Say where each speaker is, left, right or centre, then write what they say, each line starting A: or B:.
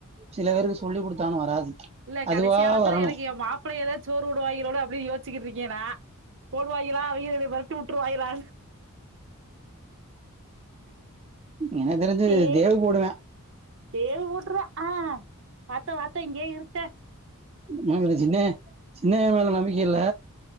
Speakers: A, on the right; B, on the right.
A: சில பேருக்கு சொல்லி் குடுத்தானு வராது
B: இல்ல
A: அதுவா
B: கடைசியாலத்துல
A: வரணும்
B: எனக்கு எம் மாப்பிளைகதா சோறு போடுவாயிங்களோனு அப்டி யோச்சிகிட்ருக்கே நா போடுவாயிகளா அவிகளு எனைய வெரட்டு உட்ருவாய்களா
A: எனகு தெரிஞ்சு
B: தே
A: தேவு போடுவே
B: தேவு போட்ருவே அ பாத்த பாத்த இங்கியே இருத்தே
A: நாக ரஜினே சின்னைய மேல நம்பிக்க இல்ல